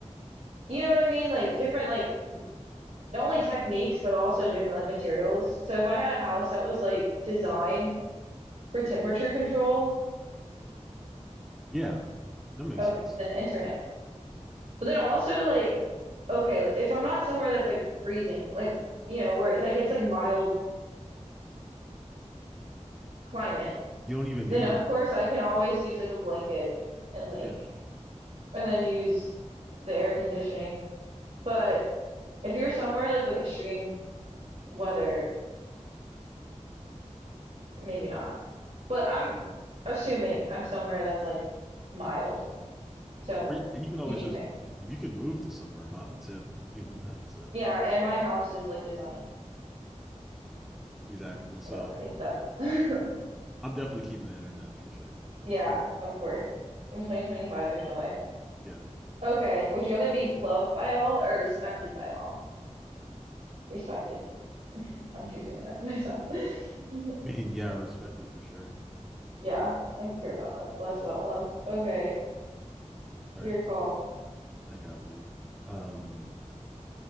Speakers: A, on the right; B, in the centre.
A: you know what I mean like different like not only techniques but also different like materials so if I had a house that was like designed for temperature control
B: Yeah, that makes
A: okay
B: sense.
A: then internet But then also like okay, if I'm not somewhere that's like freezing, like you know, where that gets like mild climate,
B: You don't even
A: then
B: need
A: of course I can always use like a blanket and like
B: yeah,
A: and then use the air conditioning. But if you're somewhere like with extreme weather, maybe not. But I'm assuming I'm somewhere that's like mild. So
B: or and you can always
A: keeping
B: just
A: my
B: you can move to somewhere mild too. You don't have to
A: yeah, and my house is like designed
B: exactly. So
A: in a way that's <laughs>
B: I'm definitely keeping the internet for sure.
A: yeah,
B: Easy.
A: of course. In 2025, there's no way.
B: Yeah,
A: Okay. Would you rather be loved by all or respected by all? Respected. I'm choosing that <laughs> myself. <laughs>
B: I mean yeah, I respect it for sure.
A: Yeah, I could care about love, less about love. Okay,
B: All
A: your
B: right,
A: call.
B: I got one. Um,